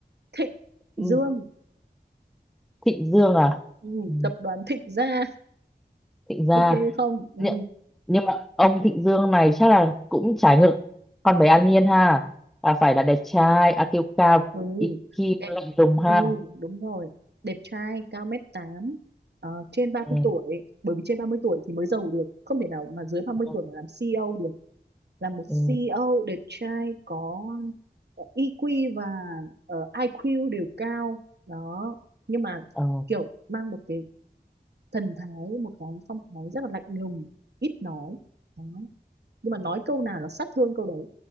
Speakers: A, on the right (about 70°); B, in the centre.
A: Thịnh
B: ừ.
A: Dương
B: Thịnh Dương à
A: ừ,
B: ừ.
A: tập đoàn Thịnh Gia
B: Thịnh gia
A: ok không ừ.
B: nhưng, nhưng mà ông Thịnh Dương này chắc là cũng trái ngược con bé An Nhiên ha là phải là đẹp trai IQ cao
A: ừ
B: IQ
A: đẹp
B: lạnh lùng ha
A: ừ đúng rồi đẹp trai cao mét tám ờ, trên ba
B: ừ.
A: mươi tuổi bởi vì trên 30 tuổi thì mới giàu được không thể nào mà dưới ba mươi
B: Ừ.
A: tuổi mà làm CEO được là một
B: Ừ.
A: CEO đẹp trai có ờ, EQ và ờ, IQ đều cao đó nhưng mà
B: Ờ.
A: kiểu mang một cái thần thái một cái phong thái rất là lạnh lùng ít nói đó. nhưng mà nói câu nào là sát thương câu đấy